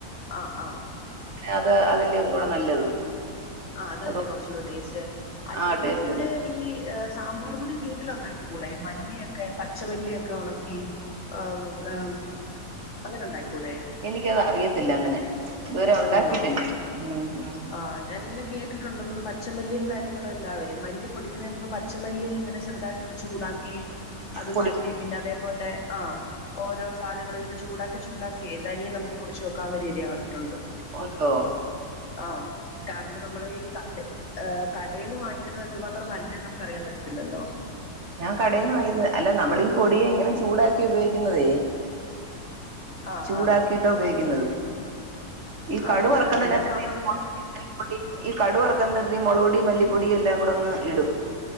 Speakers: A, on the left; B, on the right.
A: ആഹ് ആഹ്
B: അത് അതെല്ലേ ഒന്നൂടെ നല്ലത്
A: ആഹ് അതല്ലേ
B: അത്
A: കുറച്ചൂടെ ടേസ്റ്റ് അല്ലെങ്കി
B: ആ ടേസ്റ്റ്
A: പിന്നെ
B: തന്നെ
A: ഈ സാമ്പാർപൊടി വീട്ടില് ഉണ്ടാക്കി കൂടെ മല്ലിയൊക്കെ പച്ചമല്ലിയൊക്കെ ഉണക്കി ആഹ് ആഹ് അങ്ങനെ ഉണ്ടായിക്കൂടെ
B: എനിക്കത് അറിയത്തില്ല അങ്ങനെ ഇതുവരെ ഉണ്ടാക്കിട്ടില്ല
A: ആന്നോ
B: ഉംഉം
A: ആഹ് ഞാനിങ്ങനെ കേട്ടിട്ടുണ്ട് നമ്മള് പച്ചമല്ലിയും കാര്യങ്ങളും എല്ലാവെ മല്ലി പൊടിക്കുന്നതിന് മുമ്പ് പച്ചമല്ലി ഇങ്ങനെ ചെറുതാ യിട്ടൊന്ന് ചൂടാക്കി അത്
B: പൊടി
A: മാറ്റി പിന്നെ അതേപോലെ ആഹ് ഓരോ സാധനങ്ങൾ ഇങ്ങനെ ചൂടാക്കി ചൂടാക്കി തനിയെ നമുക്ക് പൊടിച്ചു വെക്കാവുന്ന രീതി ഞാൻ കണ്ടിട്ടുണ്ട്
B: ഒര് തോ
A: ആഹ് കാരണം നമ്മളെ ഈ കട കടേന്ന് വാങ്ങിക്കുന്നത് എന്തുമാത്രം നല്ലേന്ന് നമുക്ക് അറിയാൻ പറ്റത്തില്ലല്ലോ
B: ഞാൻ കടേന്ന് വാങ്യേത് അല്ല നമ്മളീ പൊടിയെ ഇങ്ങനെ ചൂടാക്കി ഉപയോഗിക്കുന്നതേ
A: ആഹ്
B: ചൂടാക്കിട്ടാ
A: ആഹ്
B: ഉപയോഗിക്കുന്നത് ഈ
A: ആഹ്
B: കടു
A: അന്നേരം
B: വറുക്കുന്നതിനെപ്പറ്റി
A: പിന്നെ സാമ്പാർ
B: <unintelligible>
A: പൊടി ഇടാ
B: ഈ കടുക് വർക്കന്നത്ലീ മൊളക് പൊടീം മല്ലി പൊടീം എല്ലാം കൂടെ അങ്ങ് ഇടും